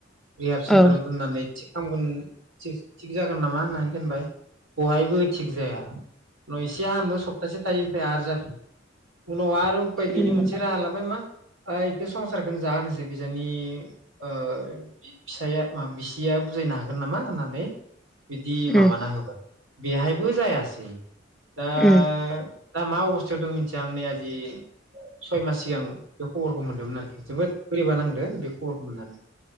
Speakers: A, on the right (about 85°); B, in the centre.
A: रिहाब सेनटाराव
B: औ
A: दोननानै हामगोन थिग जागोन नामा होननानै दोनबाय बहायबो थिग जाया उनाव एसे हामो सप्तासे थायो आरो जाफिनो उनाव आरो उफाय गैयिनि
B: उम
A: मोनसे राहा लाबाय मा ओइ संसारखौनो जा होनोसै किजानि फिसाया बिसिया बुजायनो हागोन नामा होननानै बिदि
B: उम
A: माबाना होबाय बेहायबो जायासै दा
B: उम
A: दा मा अबस्थायाव दों मिथिया आं नै आजि सय मास सिगां बे खबरखौ मोनदोंमोन आरोखि जोबोद बोरैबा नांदो बे खबरखौ मोननानै